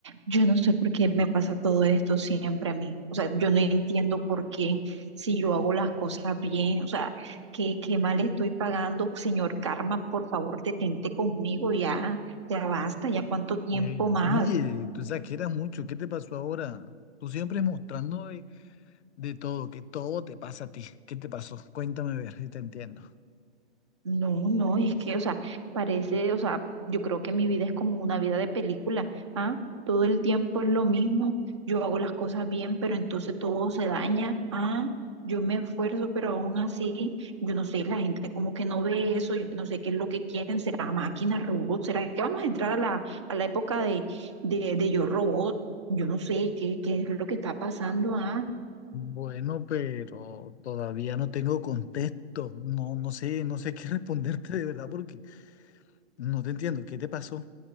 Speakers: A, on the right (about 25°); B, on the left (about 70°).
A: Yo no sé por qué me pasa todo esto siempre a mí. O sea, yo no entiendo por qué si yo hago las cosas bien, o sea, qué, qué mal estoy pagando. Señor Karma, por favor, detente conmigo ya, ya basta, ya cuánto tiempo
B: Eh,
A: más.
B: oye, tú exageras mucho, ¿qué te pasó ahora? Tú siempre mostrando de, de todo, que todo te pasa a ti. ¿Qué te pasó? Cuéntame a ver si te entiendo.
A: No, no, es que, o sea, parece, o sea, yo creo que mi vida es como una vida de película, ¿ah? Todo el tiempo es lo mismo, yo hago las cosas bien, pero entonces todo se daña, ¿ah? Yo me esfuerzo, pero aún así, yo no sé, la gente como que no ve eso, yo no sé qué es lo que quieren, será máquina, robot, será que vamos a entrar a la, a la época de, de, de yo robot, yo no sé qué, qué es lo que está pasando, ¿ah?
B: Bueno, pero todavía no tengo contexto. No, no sé, no sé qué <laughs> responderte de verdad porque no te entiendo. ¿Qué te pasó?